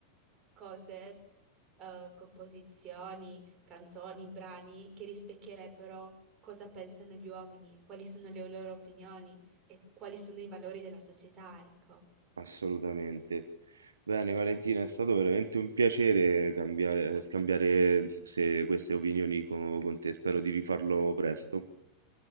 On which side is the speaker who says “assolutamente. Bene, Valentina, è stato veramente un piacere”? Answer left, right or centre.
Right